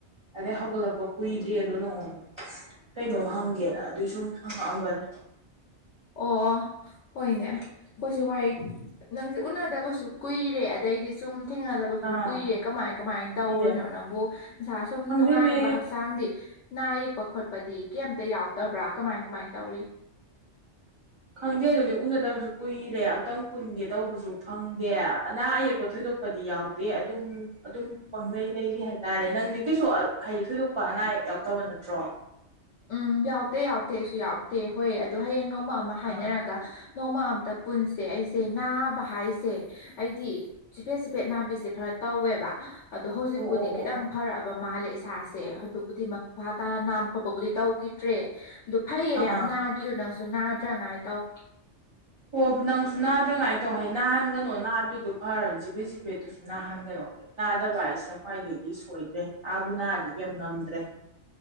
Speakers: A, on the right (about 40°); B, on the left (about 85°).
A: ꯑꯗꯩ ꯍꯧꯒꯠꯂꯛꯄ ꯀꯨꯏꯗ꯭ꯔꯤ ꯑꯗꯣ ꯅꯉꯣꯟꯗ ꯀꯩꯅꯣꯝ ꯍꯪꯒꯦꯅ ꯑꯗꯨꯏ ꯁꯨꯝ ꯍꯪꯉꯛꯑꯝꯕꯅꯦ
B: ꯑꯣ ꯍꯣꯏꯅꯦ ꯑꯩꯈꯣꯏꯁꯨ ꯋꯥꯏ ꯅꯪꯁꯦ ꯎꯅꯗꯕꯁꯨ ꯀꯨꯏꯔꯦ ꯑꯗꯩ ꯑꯩꯗꯤꯁꯨꯝ ꯊꯦꯡꯅꯗꯕꯁꯨ
A: ꯑꯥ
B: ꯀꯨꯏꯔꯦ ꯀꯃꯥꯏ ꯀꯃꯥꯏꯅ ꯇꯧꯔꯨꯔꯤꯅꯣ
A: ꯄꯤꯗꯦ
B: ꯅꯪꯕꯨ ꯅꯁꯥ ꯁꯨꯝ
A: ꯈꯪꯗꯦꯅꯦ
B: ꯅꯨꯡꯉꯥꯏꯔꯤꯕ ꯍꯛꯆꯥꯡꯗꯤ ꯅꯥ ꯌꯦꯛꯄ ꯈꯣꯠꯄꯗꯤ ꯀꯩꯝꯇ ꯌꯥꯎꯗꯕ꯭ꯔꯥ ꯀꯃꯥꯏ ꯀꯃꯥꯏ ꯇꯧꯔꯤ
A: ꯈꯪꯗꯦ ꯑꯗꯨꯅꯤ ꯎꯅꯗꯕꯁꯨ ꯀꯨꯏꯔꯦ ꯑꯝꯛꯇꯪ ꯄꯨꯟꯒꯦ ꯇꯧꯕꯁꯨ ꯐꯪꯗꯦ ꯑꯅꯥ ꯑꯌꯦꯛꯄ ꯊꯣꯏꯗꯣꯛ ꯊꯣꯏꯗꯣꯛꯄꯗꯤ ꯌꯥꯎꯗꯦ ꯑꯗꯨꯝ ꯑꯗꯨꯝ ꯄꯪꯂꯩ ꯂꯩꯔꯤ ꯍꯥꯏꯇꯥꯔꯦ ꯅꯪꯗꯤ ꯀꯩꯁꯨ ꯍꯥꯏꯗꯤ ꯊꯣꯏꯗꯣꯛꯄ ꯑꯅꯥ ꯌꯥꯎꯗꯕ ꯅꯠꯇ꯭ꯔꯣ
B: ꯎꯝ ꯌꯥꯎꯗꯦ ꯌꯥꯎꯗꯦ ꯑꯩꯁꯨ ꯌꯥꯎꯇꯦ ꯍꯣꯏ ꯑꯗꯣ ꯍꯌꯦꯡ ꯅꯣꯡꯃ ꯑꯃ ꯍꯥꯏꯅꯔꯒ
A: ꯑꯥ
B: ꯅꯣꯡꯃ ꯑꯝꯇ ꯄꯨꯟꯁꯦ ꯑꯩꯁꯦ ꯅꯥꯕ ꯍꯥꯏꯁꯦ ꯑꯩꯗꯤ ꯆꯤꯐꯦꯠ ꯆꯤꯐꯦꯠ ꯅꯥꯕꯤꯁꯦ ꯈꯔ ꯇꯧꯋꯦꯕ ꯑꯗꯣ ꯍꯧꯖꯤꯛꯄꯨꯗꯤ
A: ꯑꯣ ꯑꯣ
B: ꯈꯤꯇꯪ
A: ꯑꯣ ꯑꯣ
B: ꯐꯔꯛꯑꯕ ꯃꯥꯜꯂꯦ ꯏꯁꯥꯁꯦ ꯑꯗꯨꯕꯨꯗꯤ ꯃꯈꯥ ꯇꯥꯅ ꯅꯥꯕ ꯈꯣꯠꯄꯕꯨꯗꯤ ꯇꯧꯈꯤꯗ꯭ꯔꯦ ꯑꯗꯨ ꯐꯩꯌꯦ ꯌꯥꯝ
A: ꯑꯥ
B: ꯅꯥꯗ꯭ꯔꯤ ꯅꯪꯁꯨ ꯅꯥꯗ꯭ꯔꯉꯥꯏ ꯇꯧ
A: ꯑꯣ ꯅꯪꯁꯨ ꯅꯥꯗ꯭ꯔꯉꯥꯏ ꯇꯧ ꯍꯥꯏ ꯅꯥꯍꯟꯒꯅꯣ ꯅꯥꯗ꯭ꯔꯤꯗꯣ ꯐꯔꯕꯅꯤ ꯆꯤꯐꯦꯠ ꯆꯤꯐꯦꯠꯇꯨꯁꯨ ꯅꯥꯍꯟꯒꯅꯣ ꯅꯥꯗꯕ ꯍꯥꯏꯁꯤꯅ ꯈ꯭ꯋꯥꯏꯗꯒꯤ ꯁꯣꯏꯗ꯭ꯔꯦ ꯑꯥꯕꯨ ꯅꯥꯔꯗꯤ ꯀꯩꯌꯝ ꯉꯝꯗ꯭ꯔꯦ